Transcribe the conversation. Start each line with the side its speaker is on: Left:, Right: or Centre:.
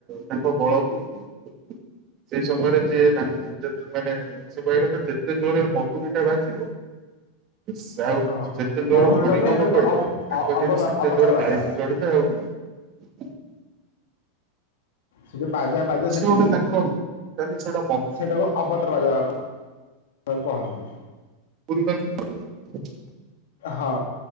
Right: ତାଙ୍କ ବଳକୁ ଦିଅନ୍ତି। ସେଇ ସମୟରେ ଯିଏ ତାଙ୍କ ଯେତ୍ ମାନେ ସେ କହିବା କଥା ଯେତେ ଜୋରରେ ମହୁରୀ ଟା ବାଜିବ ସେ ଆଉ
Left: ହଁ ହଁ
Right: ଯେତେ ଜୋରେ
Left: ମହୁରୀଟା
Right: ହରିବୋଲ
Left: ନୁହେଁ ସେଇଟା ଯୋଉ
Right: କହିବେ
Left: ଅବ
Right: ତାଙ୍କ
Left: ଅ ଅବତାର
Right: ଦେହରେ ସେତେ
Left: ଅବତାର
Right: ଜୋରେ
Left: ବାଜା।
Right: କାଳିସି ଚଢିଲେ ଆଉ।
Left: ସେ ଯୋଉ ବାଜା ବାଜେ
Right: ସେ
Left: ସେଠି
Right: ଗୋଟେ ତାଙ୍କର କାଲି ସେଟା
Left: ସେଟା ଅଭଦ୍ର <unintelligible> ସବୁ କହନ୍ତି।
Right: <unintelligible>
Left: ହଁ